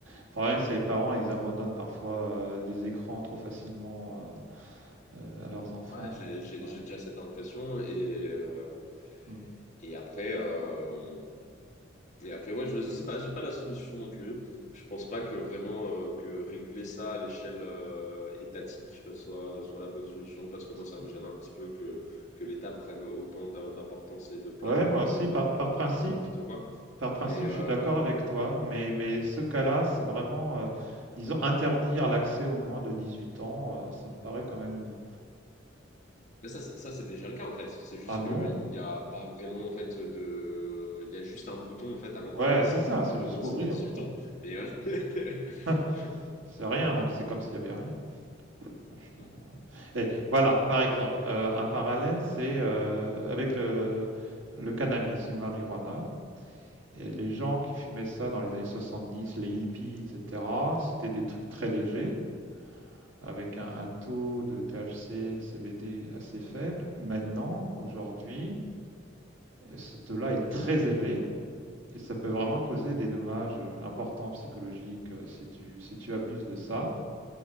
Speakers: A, on the right (about 80°); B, on the left (about 40°).
A: Le problème, c'est les parents, ils abandonnent parfois euh, les écrans trop facilement euh, euh, à leurs
B: <laughs>
A: enfants.
B: ouais, j'ai j'ai-
A: Ouais.
B: j'ai déjà cette impression et, euh,
A: Mm.
B: et après, euh, et après, ouais, je sais pas, j'ai pas la solution non plus. Je pense pas que vraiment euh, que réguler ça à l'échelle euh, étatique euh, soit, soit la bonne solution parce que moi, ça
A: Mhm.
B: me gêne un petit peu que, que l'État prenne autant d'im- d'importance et de place
A: Ouais,
B: dans
A: moi
B: nos
A: aussi,
B: vies
A: par,
B: à réguler
A: par principe,
B: tout et n'importe quoi.
A: par principe,
B: Mais, euh,
A: je suis d'accord avec toi, mais, mais ce cas-là, c'est vraiment, euh, disons, interdire l'accès aux moins de 18 ans, euh, ça me paraît quand même une...
B: Mais ça, c'est ça, c'est déjà le cas en fait. C'est juste
A: Ah non,
B: qu'il n'y a pas vraiment en fait de. Il y a juste un bouton en fait à l'entrée
A: ouais,
B: des
A: c'est
B: sites
A: ça,
B: qui te
A: c'est
B: demande
A: juste pour
B: si
A: rire,
B: tu as huit
A: quoi.
B: ans. Mais
A: Ouais.
B: euh, <laughs>
A: <laughs> C'est rien, donc c'est comme s'il y avait rien, enfin, franchement.
B: Mhm,
A: ouais. Et voilà, par exemple, euh, un parallèle, c'est euh, avec le, le cannabis, le marijuana. Et les
B: mhm.
A: gens qui fumaient ça dans les années 70, les hippies, etc., c'était des trucs très légers. avec un, un taux de THC, de CBD assez faible. Maintenant, aujourd'hui, ce taux-là est très élevé et ça peut vraiment causer des dommages euh, importants psychologiques euh, si tu, si tu abuses de ça.